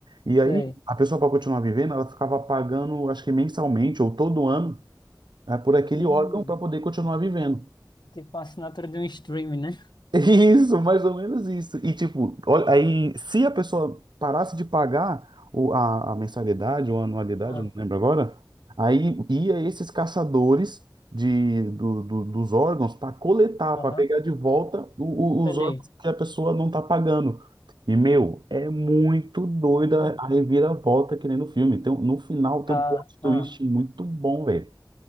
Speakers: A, on the right; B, on the left.
A: E aí,
B: sei.
A: a pessoa, para continuar vivendo, ela ficava pagando, acho que mensalmente ou todo ano, ah, por aquele
B: Hum,
A: órgão para poder continuar vivendo.
B: tipo a assinatura de um streaming, né?
A: Isso, mais ou menos isso. E tipo, olha, aí se a pessoa parasse de pagar o, a, a mensalidade ou a anualidade,
B: Ah,
A: eu não lembro agora, aí ia esses caçadores de, do, do- dos órgãos para coletar,
B: aham.
A: para pegar de volta o- o-
B: Entendi.
A: os órgãos que a pessoa não está pagando. E, meu, é muito doida
B: Entendi.
A: a reviravolta que nem no filme. Tem, um- no final tem
B: Ah,
A: um plot twist
B: ah.
A: muito bom, velho.